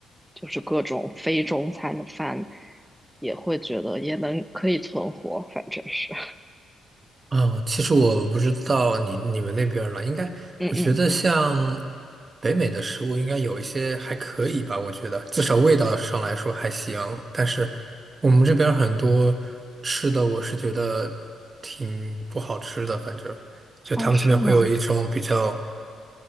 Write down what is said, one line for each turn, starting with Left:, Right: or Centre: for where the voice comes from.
Centre: 就是各种非中餐的饭，也会觉得也能可以存活，反正是，
Right: 嗯，其实我不知道你你们那边儿了，应该我觉得像
Centre: <laughs> 嗯嗯，
Right: 北美的食物应该有一些还可以吧，我觉得至少味道上来说还行。但是我们这边儿很多吃的，我是觉得挺不好吃的，反正就他们这边会有一种比较
Centre: 哦，是吗？